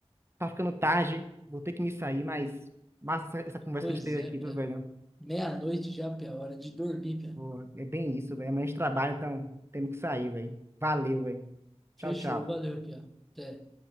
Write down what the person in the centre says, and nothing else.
Pois
é,
pera.
Meia-noite já, pia, hora de dormir, pia.
Fechou,
valeu, pia. Até.